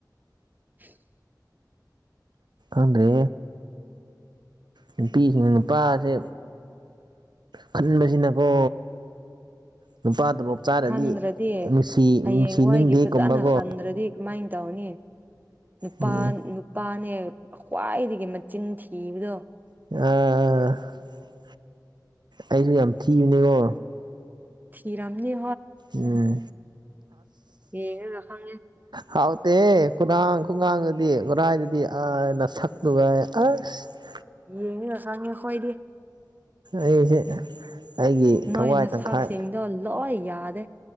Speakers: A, on the right; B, on the right.
A: <inaudible>
B: ꯑꯗꯦ ꯅꯨꯄꯤꯁꯤꯡꯅ ꯅꯨꯄꯥꯁꯦ ꯈꯟꯕꯁꯤꯅꯀꯣ ꯅꯨꯄꯥꯗꯨ ꯂꯞ ꯆꯥꯔꯗꯤ
A: ꯈꯟꯗ꯭ꯔꯗꯤ
B: ꯅꯨꯡꯁꯤ
A: ꯍꯌꯦꯡꯋꯥꯏꯒꯤ
B: ꯅꯨꯡꯁꯤꯅꯤꯡꯗꯦ
A: ꯐꯖꯅ
B: ꯀꯨꯝꯕꯀꯣ
A: ꯈꯟꯗ꯭ꯔꯗꯤ ꯀꯃꯥꯏꯅ ꯇꯧꯅꯤ ꯅꯨꯄꯥ
B: ꯎꯝ
A: ꯅꯨꯄꯥꯅꯦ ꯈ꯭ꯋꯥꯏꯗꯒꯤ ꯆꯅꯤ ꯊꯤꯕꯗꯣ
B: ꯑ ꯑꯩꯁꯨ ꯌꯥꯝ ꯊꯤꯕꯅꯤꯉꯣ
A: ꯊꯔꯝꯅꯤ
B: ꯎꯝ
A: ꯌꯦꯡꯉꯒ ꯈꯪꯉꯦ
B: ꯍꯥꯎ ꯑꯦꯦ ꯈꯨꯔꯥꯡ ꯈꯨꯒꯥꯡꯗꯗꯤ ꯈꯨꯔꯥꯏꯗꯗꯤ ꯑꯩꯅ ꯁꯛꯂꯨꯕ ꯑꯁ ꯑꯁ
A: ꯌꯦꯡꯉꯒ ꯈꯪꯉꯦ ꯑꯩꯈꯣꯏꯗꯤ
B: ꯑꯩꯁꯦ ꯑꯩꯒꯤ ꯊꯋꯥꯏ
A: ꯅꯣꯏ ꯅꯁꯛꯁꯤꯡꯗꯣ
B: ꯇꯪꯈꯥꯏ
A: ꯂꯣꯏ ꯌꯥꯗꯦ